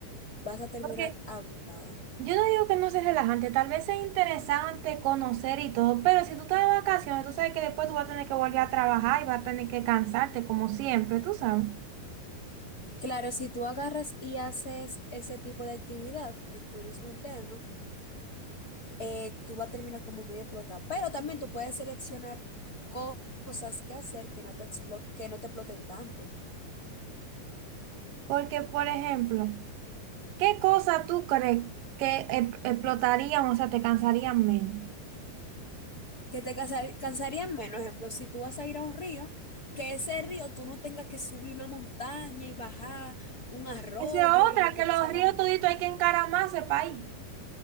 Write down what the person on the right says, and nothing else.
porque
Yo no digo que no sea relajante, tal vez es interesante conocer y todo, pero si tú estás de vacaciones, tú sabes que después tú vas a tener que volver a trabajar y vas a tener que cansarte como siempre, tú sabes.
Porque, por ejemplo, ¿qué cosa tú crees que e- explotarían, o sea, te cansarían menos?
Esa es otra,
que los ríos toditos hay que encaramarse para ahí.